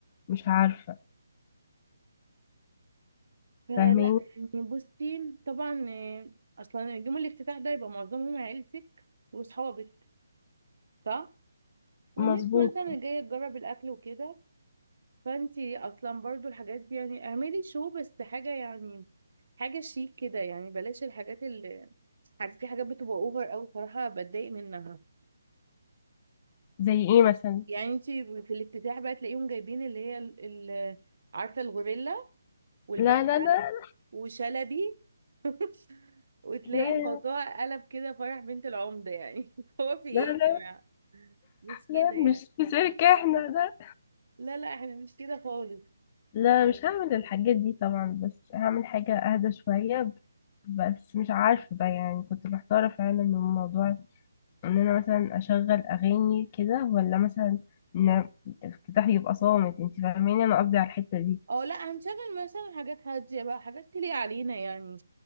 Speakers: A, on the left; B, on the right.
A: مش عارفة
B: فلا
A: فاهمين
B: يعني بصي طبعا آه، اصلا يوم الافتتاح ده يبقى معظمهم عيلتك واصحابك صح والناس
A: مظبوط
B: مثلا جايه تجرب الاكل وكده فانتي اصلا برضو الحاجات دي يعني اعملي شو بس حاجه يعني حاجه شيك كده يعني بلاش الحاجات اللي حاجات- في حاجات بتبقى اوفر قوي صراحه بتضايق منها
A: زي إيه مثلا
B: يعني انتي في الافتتاح بقى تلاقيهم جايبين اللي هي ال- ال- عارفه الغوريلا والبنك
A: لا لا لا
B: وشلبي <laughs> وتلاقي
A: لا
B: الموضوع قلب كده فرح بنت العمدة يعني <laughs> هو في ايه
A: لا لا,
B: يا جماعة مش
A: لا
B: كده
A: مش
B: يعني
A: في سيرك احنا لا
B: لا لا احنا مش كده خالص
A: لا مش هعمل الحاجات دي طبعا بس هعمل حاجة أهدى شوية بس مش عارفة بقى يعني كنت محتارة فعلا من موضوع إن أنا مثلا أشغل أغاني كده ولا مثلا إن الافتتاح يبقى صامت انت فاهماني أنا قصدي على الحتة دي
B: اه لا هنشغل مثلا حاجات هادية بقى حاجات تليق علينا يعني